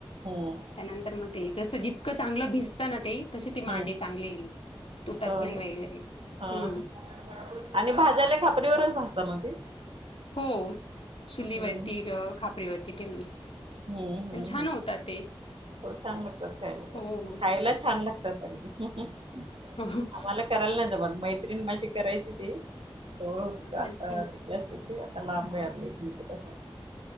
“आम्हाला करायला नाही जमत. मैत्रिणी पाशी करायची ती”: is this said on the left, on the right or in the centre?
Right